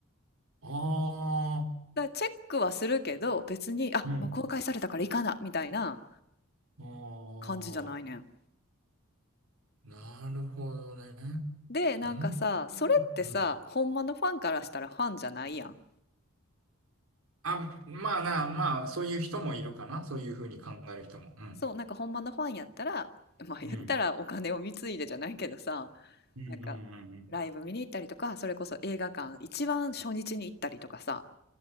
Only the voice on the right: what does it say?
ああ
ー、うん。
ああ、
なるほどね。
うん。
うん。
あ、まあな、まあ、そういう人もいるかな。そういうふうに考える人も。うん。
うん。うんうんうんうん。